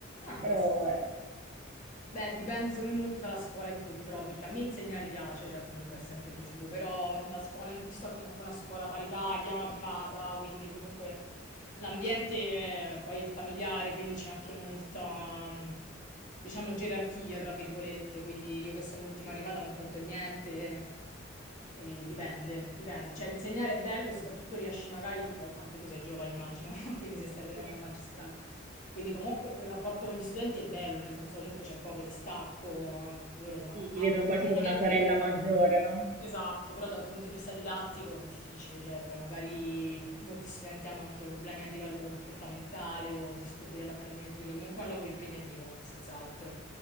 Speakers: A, on the left; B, on the right.
A: Ah, beh,
B: Però,
A: sì, certo.
B: ecco, eh,
A: Beh, dipende secondo me molto dalla scuola in cui ti trovi, perché a me insegnare piace, cioè comunque è sempre piaciuto, però la scuola in cui sto è comunque una scuola paritaria, privata, quindi comunque l'ambiente eh, poi è familiare, quindi c'è anche molta, mm, diciamo, gerarchia, tra virgolette, quindi io che sono l'ultima arrivata non conto niente. eh, E dipende, dipende. Cioè, insegnare è bello e soprattutto riesci magari, poi anche tu sei giovane, immagino, <laughs> quindi se stai prendendo
B: sì,
A: la magistrale, quindi comunque quel rapporto con gli studenti è bello, nel senso comunque c'è poco distacco, loro sono
B: sì, ti vedono quasi
A: veramente...
B: come una sorella maggiore, no?
A: Esatto, però da un punto di vista didattico è difficile, cioè poi magari molti studenti hanno anche problemi a livello comportamentale o disturbi dell'apprendimento, quindi comunque è un lavoro impegnativo, sens'altro.